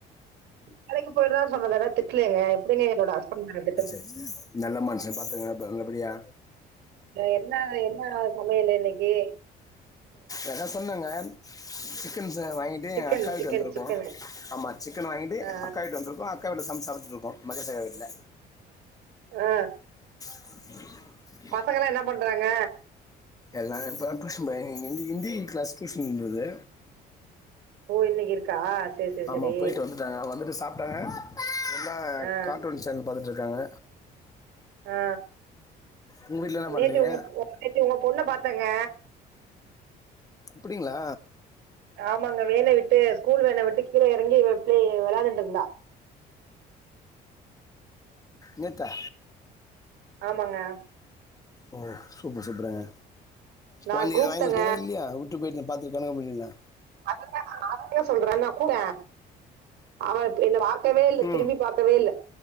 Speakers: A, on the right (about 85°); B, on the left (about 20°).
A: வேலைக்கு போயிட்றாரு சொன்ன தானே திட்லங்க எப்படிங்க என்னோட ஹஸ்பண்ட நா திட்ட முடியு
B: பின்ன நல்ல மனுஷ பாத்துக்குங்க நல்லபடியா
A: இல்ல என்னா என்னா சமையலு இன்னைக்கி
B: எத சொன்னங்க சிக்கன்ஸ்ச வாங்கிட்டு
A: சிக்கன்
B: எங் அக்கா வீட்டுக்கு
A: சிக்கன்
B: வந்திருக்கோ
A: சிக்கனு
B: ஆமா சிக்கன் வாங்கிட்டு
A: ஆ
B: அக்கா வீட்டு வந்திருக்கோ அ க்கா வீட்ல சமச்சு சாப்ட்டுருக்கோ மகேஷ் அக்கா வீட்ல
A: அ
B: அக்கா
A: பசங்கெல்லா என்னா பண்றாங்க
B: எல்லா இப்போ டியூஷன் போயிருக் ஹிந் ஹிந்தி கிளாஸ் டியூஷன் போது
A: ஓ இன்னைக்கி இருக்கா சேரி சேரி
B: ஆமா
A: சேரி
B: போயிட்டு வந்துட்டாங்க வந்துட்டு சாப்ட்டாங்க எல்லா
A: ஆ
B: கார்ட்டூன் சேனல் பாத்துட்டு இருக்காங்க
A: அ
B: உங்கள் வீட்டில் என்ன
A: நேத்தி
B: பண்ணுறீங்க
A: உங் நேத்து உங்க பொண்ண பாத்தேங்க
B: இப்படிங்களா
A: ஆமாங்க வேன விட்டு ஸ்கூல் வேன விட்டு கீழ எறங்கி ப்ளே வெளாண்டுட்டு இருந்தா
B: நேத்தா
A: ஆமாங்க
B: ஓ சூப்பர் சூப்பருங்க
A: நா
B: கொழந்தைக்கு
A: கூப்ட்டேங்க
B: ஏதாது வாங்கி குடுத்தீங்களா இல்லையா உட்டு போயிட்டீங்க பாத்துட்டு எனக்கு பண்ணிங்ளா
A: <unintelligible> சொல்றேன்னா கூட அவ இப்ப என்ன பாக் கவே இல்ல
B: ம்
A: திரும்பி பாக்கவே இல்ல